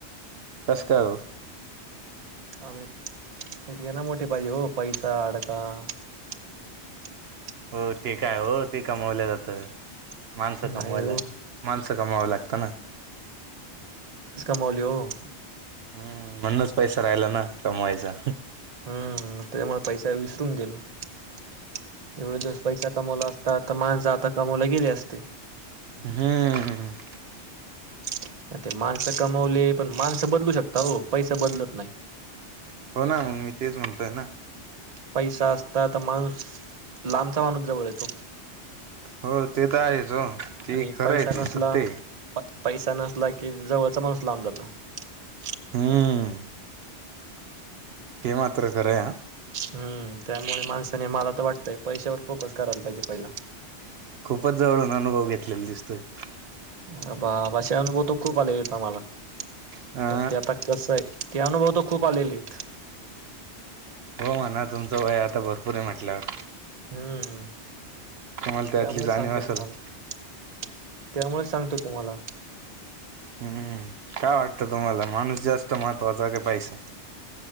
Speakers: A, on the right (about 65°); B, on the right (about 35°).
A: कसकाय ओ
B: हेना मोठ पाहिजे ओ पैसा अडका <inaudible>
A: हो ठीकय हो ते कमवल्या जातं. माणसं
B: नाही
A: कमवायला,
B: हो.
A: माणसं कमावावं लागतं ना.
B: कमावले ओ..
A: हम्म म्हणूनच पैसा राहिला ना कमवायचा
B: हम्म त्यामुळे पैसा विसरून गेलो <inaudible> एवढ जस पैसा कमवला असता आता माणसं आता कमवल्या गेली असते.
A: हम्म.. <inaudible>
B: <inaudible> ते माणसं कमवले पण माणस बदलू शकता हो पैसा बदलत नाही.
A: हो ना मग मी तेच म्हणतोय ना,
B: पैसा असता तर माणूस लांबचा माणुस जवळ येतो.
A: हो ते तर आहेच ओ
B: आणि
A: खरं
B: पैसा
A: <inaudible> आहे ते
B: नसला
A: सत्य.
B: प- पैसा नसला की जवळचा माणुस लांब जातो. <inaudible>
A: हम्म हे माञ खरंय!
B: हम्म <inaudible> त्यामुळे माणसाने मला तर वाटतंय पैशावर फोकस करायला पाहिजे पहिला.
A: खूपच जवळून अनुभव घेतलेला दिसतोय <inaudible>
B: बाबा! असे अनुभव तर खूप आलेलेेत आम्हाला
A: अ
B: पण ते आता कसय? ते अनुभव तर खूप आलेले आहेत
A: हो म्हणा तुमचं वय आता भरपूर आहे म्हटल्यावर
B: हम्म
A: तुम्हाला त्यातली
B: त्यामुळेच
A: जाणीव
B: सांगतोय
A: असेलच
B: तुम्हाला. <inaudible> त्यामुळे सांगतो तुम्हाला.
A: हम्म काय वाटतं तुम्हाला? माणूस जास्त महत्त्वाचा का पैसा?